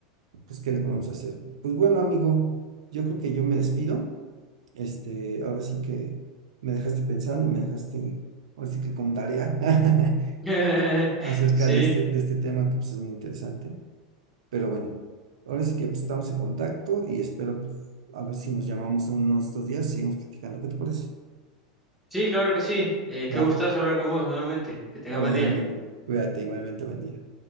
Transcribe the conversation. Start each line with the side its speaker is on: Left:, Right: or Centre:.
Right: pues, ¿qué le podemos hacer? Pues bueno, amigo, yo creo que yo me despido. Este, ahora sí que me dejaste pensando y me dejaste, ahora sí que con tarea <laughs>
Centre: <laughs>
Right: acerca
Centre: Sí.
Right: de este, de este tema que pues es muy interesante. Pero bueno, ahora sí que pues, estamos en contacto y espero pues, a ver si nos llamamos en unos dos días, seguimos platicando. ¿Qué te parece?
Centre: Sí, claro que sí. Eh, qué
Right: Va,
Centre: gustazo hablar con vos nuevamente. Que tengas
Right: órale,
Centre: buen día.
Right: amigo, cuídate igualmente, buen día.